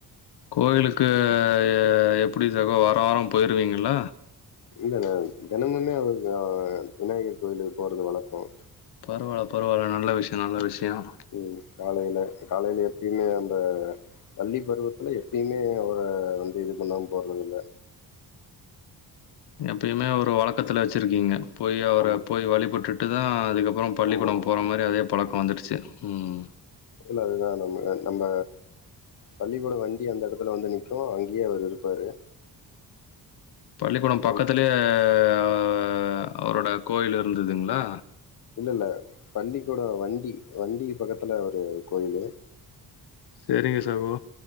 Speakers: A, on the left; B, on the left.
A: கோவிலுக்கு ஆ எப்டி சகோ வாரா வாரம் போயிருவீங்கல்ல
B: இல்லண்ணே தெனமுமே அவருக்கு விநாயகர் கோயிலுக்கு போறது வழக்கம்
A: பரவால்ல பரவால்ல நல்ல விஷய நல்ல விஷயம்
B: ம் காலைல காலைல எப்பயுமே அந்த பள்ளி பருவத்துல எப்பயுமே அவர வந்து இது பண்ணாம போறது இல்ல
A: எப்பயுமே ஒரு வழக்கத்துல வச்சுருக்கீங்க போய் அவர
B: ஆமா
A: போய் வழிபட்டுட்டு தா அதுக்கப் பறோ பள்ளிக்கூடம்
B: ஆமா.
A: போற மாரி அதே பழக்கம் வந்துடுச்சு ம்
B: இல்ல அதுதா நம்ம நம்ம பள்ளிக்கூட வண்டி அந்த இடத்துல வந்து நிக்கு அங்கயே அவர் இருப்பாரு
A: பள்ளிக்கூடம்
B: நம்
A: பக்கத்துலயே ஆ அவரோட கோயில் இருந்துதுங்ளா
B: இல்லல்ல பள்ளிக்கூடம் வண்டி வண்டி பக்கத்துல ஒரு கோயிலு
A: சேரிங்க சகோ